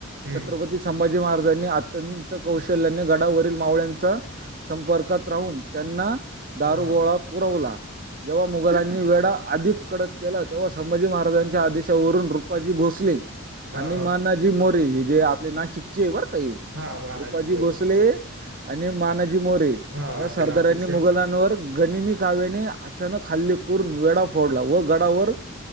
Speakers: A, on the right; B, on the right.
A: हम्म
B: छत्रपत संभाजी महाराजांनी अत्यंत कौशल्याने गडावरील मावळ्यांचा संपर्कात राहून त्यांना दारुगोळा
A: हा हा
B: पुरवला, जेव्हा मुघलांनी वेढा अधिक कडक केला तेव्हा संभाजी महाराजांच्या आदेशावरून रुपाजी भोसले
A: हा
B: आणि माना
A: हा
B: जी मोरे हे जे आपले नाशिकचे आहे बरकां हे
A: हा मानाजी
B: रुपाजी
A: मोरे
B: भोसले आणि मानाजी मोरे
A: हा
B: या सरदारांनी
A: ते नाशिक श
B: मुघलांनवर गनिमी काव्याने अचानक हल्ले करून वेडा फोडला व गडावर